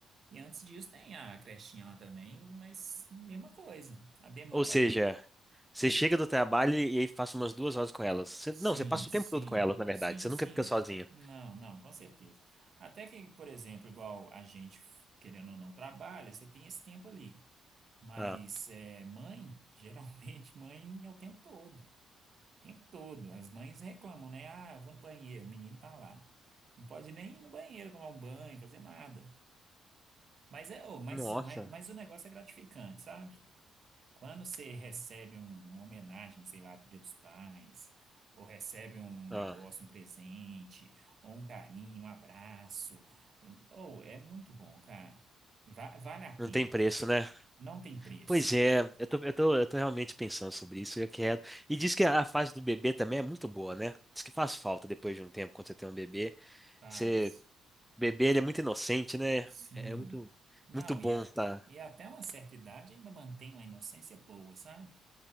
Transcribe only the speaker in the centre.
Ou seja, você chega do trabalho e aí passa umas duas horas com elas. Você-
não, você passa
o tempo todo com elas, na verdade.
Você
nunca fica sozinha.
Ah,
nossa.
Ah,
não tem preço, né?
Pois é, eu tô, eu tô, eu tô realmente pensando sobre isso. Eu quero. E diz que a fase do bebê também é muito boa, né? Diz que faz falta depois de um tempo, quando você tem um bebê.
Você, o bebê, ele é muito inocente, né?
É muito,
muito bom,
tá?